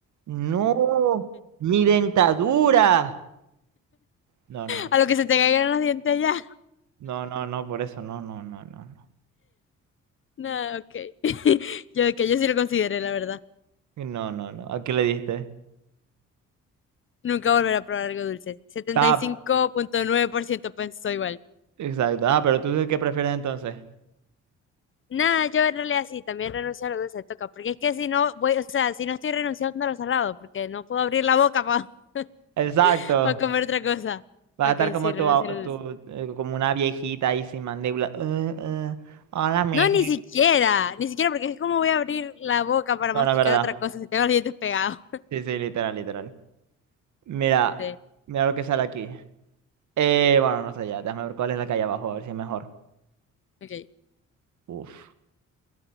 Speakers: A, on the right; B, on the left.
A: no, mi dentadura. No, no,
B: a lo que se te caigan los dientes ya.
A: no, no, no, por eso, no, no, no, no, no.
B: No, ok. <laughs> Yo de que yo sí lo consideré, la verdad.
A: No, no, no. ¿A qué le diste?
B: Nunca volver a probar algo dulce. Setenta
A: Ah,
B: y cinco punto nueve por ciento. pensó igual.
A: exacto. Ah, pero tú qué prefieres entonces.
B: Nada, yo en realidad sí, también renuncio a lo dulce, toca, porque es que si no voy, o sea, si no estoy renunciando a lo salado, porque no puedo abrir la boca para
A: Exacto.
B: <laughs> comer otra cosa.
A: Vas
B: Ok,
A: a estar como
B: sí, renuncio
A: tu, a-
B: a lo dulce.
A: tu, eh, como una viejita ahí sin mandíbula. Eh, eh, hola, mija.
B: No, ni siquiera, ni siquiera, porque es como voy a abrir la boca para
A: No,
B: masticar
A: no, es verdad.
B: otra cosa si tengo los dientes pegados. <laughs>
A: Sí, sí, literal, literal. Mira,
B: Sí,
A: mira lo que sale aquí. Eh, bueno, no sé ya. Déjame ver cuál es la que hay abajo, a ver si es mejor.
B: ok,
A: Uf.